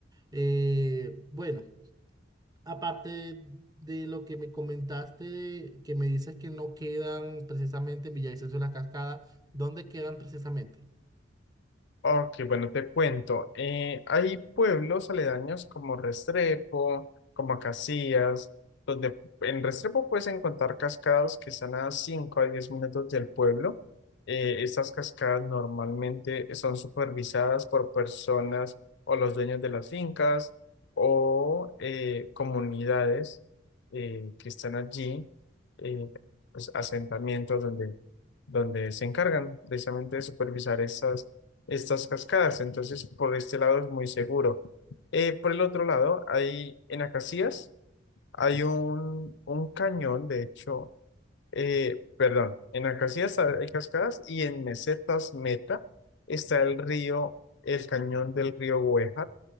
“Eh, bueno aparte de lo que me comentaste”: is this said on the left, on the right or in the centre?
Right